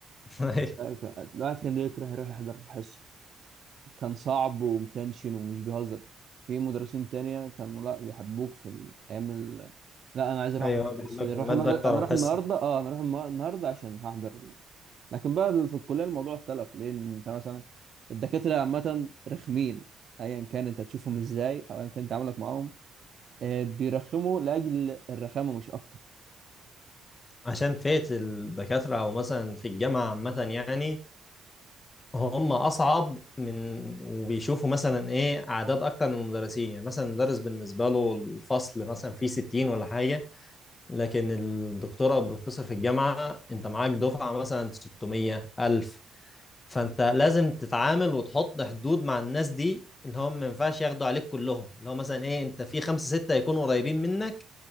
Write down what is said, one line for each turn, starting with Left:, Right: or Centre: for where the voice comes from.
Left: اي <laughs>
Right: <laughs> الواحد كان يكره يروح يحضر الحصه كان صعب ومتنشن ومش بيهزر في مدرسين تانية كانوا لا بيحبوك في الأيام ال... لا أنا عايز أروح
Left: ايوه
Right: أحضر الحصة
Left: بيحبك
Right: دي
Left: في
Right: أروح
Left: الماده
Right: المدر...
Left: اكتر
Right: أنا
Left: والحصه
Right: أروح النهاردة أه أنا أروح الم- النهاردة عشان هحضر لكن بقى في الكلية الموضوع اختلف لأن أنت مثلا الدكاترة عامة رخمين أيا كان أنت تشوفهم
Left: مم.
Right: إزاي أو أيا كان تعاملك معاهم آه، بيرخموا لأجل الرخامة مش أكتر
Left: عشان فئه الدكاتره او مثلا في الجامعه عامه يعني هم اصعب من وبيشوفوا مثلا ايه اعداد اكتر من المدرسين يعني مثلا المدرس بالنسبه له الفصل مثلا فيه 60 ولا حاجه لكن الدكتوره او البروفيسور في الجامعه انت معاك دفعه مثلا 600 1000 فانت لازم تتعامل وتحط حدود مع الناس دي اللي هم ما ينفعش ياخدوا عليك كلهم اللي هو مثلا ايه انت في خمسة ستة يكونوا قريبين منك